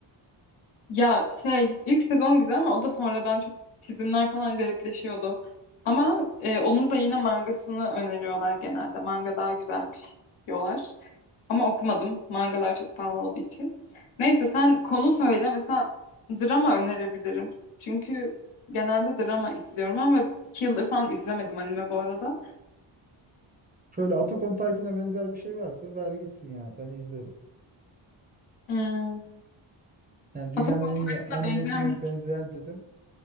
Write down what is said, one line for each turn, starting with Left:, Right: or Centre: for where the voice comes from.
Left: Ya şey ilk sezon güzel ama o da sonradan çok çizimler falan garipleşiyordu. Ama e, onun da yine mangasını öneriyorlar genelde. Manga daha güzelmiş diyorlar. Ama okumadım. Mangalar çok pahalı olduğu için. Neyse sen konu söyle. Mesela drama önerebilirim. Çünkü genelde drama izliyorum ben ve iki yıldır falan izlemedim anime bu arada.
Right: Şöyle Attack on Titan'a benzer bir şey varsa ver gitsin ya ben izlerim.
Left: Hmm.
Right: Yani dünyanın
Left: Attack on
Right: en
Left: Titan'a
Right: iyi animesine
Left: benzeyen
Right: benzeyen dedim.